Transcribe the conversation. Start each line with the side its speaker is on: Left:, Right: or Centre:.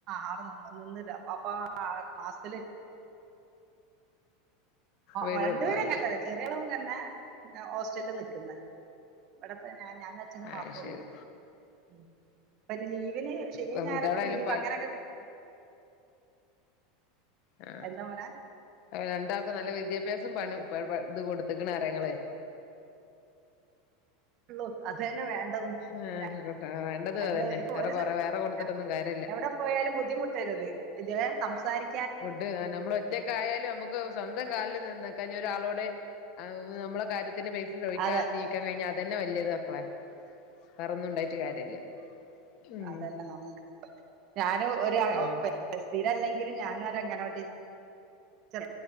Right: അവ്ടെ നിന്ന് നിന്ന് അപ്പൊ ആ മാസത്തില്
Left: വരുള്ളൂ
Right: വരണ്ടിവരും
Left: അത്
Right: അങ്ങത്തല്ല
Left: ശരി
Right: ചെറിയളവ് തന്നെ ഹോസ്റ്റല് ന്നിക്കുന്നെ ഇവിടെപ്പ ഞ ഞാനും അച്ഛനും
Left: ആ
Right: മാത്രേ
Left: ശരി
Right: ഉള്ളൂ ഉ പഷെ ലീവിന് ശനീം
Left: പെൺകുട്ടികളായാലും
Right: ഞായറൊക്കെ ലീവ്
Left: പ
Right: അങ്ങനൊക്കെ പ
Left: ആ
Right: എന്താ മോനെ
Left: അ രണ്ടാക്കും ന്നല്ല വിദ്യാഭ്യാസം പണം വ ഇത് കൊട്ത്ത്ക്ക്ണ് അറിയഇങ്ങളെ
Right: ഉള്ളൂർ അ ഇതന്നെ വേണ്ടതും
Left: ആ
Right: ഞ
Left: വേണ്ടത്
Right: ഞങ്ങ്ള്
Left: അതന്നെ
Right: പ്പൊ
Left: വേറെ
Right: ഒര് സ്ഥല
Left: കൊറെ വേറെ കൊടുത്തിട്ടൊന്നും
Right: അ
Left: കാര്യല്ല
Right: എവടെപ്പോയാലും ബുദ്ധിമുട്ടരുത് ഇതേ സംസാരി
Left: ഫുഡ് അ നമ്മള് ഒറ്റക്കായാലും നമ്ക്ക് സ്വന്തം കാൽല് നിന്ന്ക്കഞ്ഞൊരാളോട് ടെ അവ് നമ്മളെ കാര്യത്തിന് പൈസചോയ്ക്കാതെ
Right: അതെ
Left: ജീവിക്കാ കയ്ഞ്ഞാ അതന്നെ വല്ല്യയത് മക്കളെ വേറെന്നുണ്ടായ്റ്റ് കാര്യല്ല ഉം
Right: അതന്നെ നമുക്ക് ഞാനും ഒര് അ
Left: ഉം
Right: ഒ സ്ഥിരല്ലെങ്കിലും ഞാനും ഒരങ്ങനവാടി ടീച്ച ച്ചറ